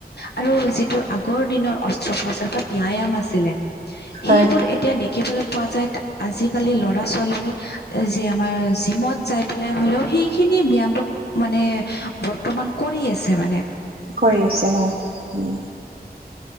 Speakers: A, on the left; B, on the right.
A: আৰু যিটো আগৰ দিনৰ অস্ত্ৰোপচাৰ বা ব্যায়াম আছিলে
B: হয়
A: সেইবোৰ এ তিয়া, দেখিবলৈ পোৱা যায়। আজিকালি ল'ৰা-ছোৱালী বোৰে যি আমাৰ জিমত যাই পেলাই হ'লেও সেইখিনি ব্যায়ামটো মানে বৰ্তমান কৰি আছে মানে।
B: কৰি আছে। হয়, উম